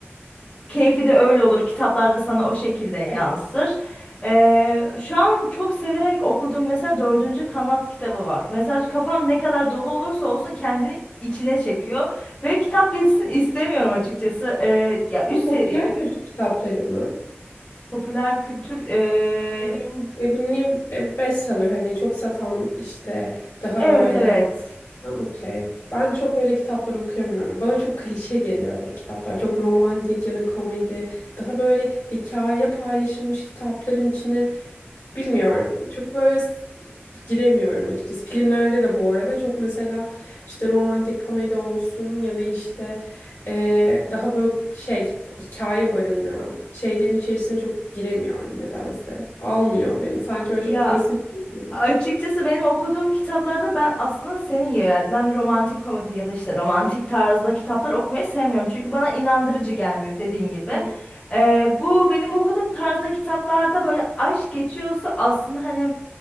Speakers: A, on the left (about 25°); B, on the left (about 80°).
A: Keyfi de öyle olur. Kitaplarda sana o şekilde yansır.
B: Evet.
A: Ee, şu an çok severek okuduğum mesela dördüncü kanat kitabı var. Mesela kafam ne kadar dolu olursa olsun kendini içine çekiyor. Ve kitap bitsin istemiyorum açıkçası. Ee, ya
B: Daha
A: üst
B: popüler
A: seviye
B: kültür kitapları mı?
A: popüler kültür. ee,
B: Dediğim ve bu new e, bestseller hani çok satan işte daha
A: evet
B: böyle
A: evet.
B: Ha, okey. Ben çok öyle kitaplar okuyamıyorum. Bana çok klişe geliyor öyle kitaplar. Çok romantik ya da komedi. Daha böyle hikaye paylaşılmış kitapların içine Bilmiyorum. Çok böyle s- giremiyorum açıkçası. Filmlerde de bu arada çok mesela işte romantik komedi olsun ya da işte eee, daha böyle şey hikaye barındıran şeylerin içerisine çok giremiyorum nedense. Almıyor beni. Sanki böyle
A: Ya
B: çok basit geliyor.
A: Açıkçası benim okuduğum kitaplarda ben aslında senin gibi yani ben romantik komedi ya da işte romantik tarzda kitaplar okumayı sevmiyorum. Çünkü bana inandırıcı gelmiyor dediğin gibi.
B: Hı.
A: Ee, bu benim okuduğum tarzda kitaplarda böyle aşk geçiyorsa aslında hani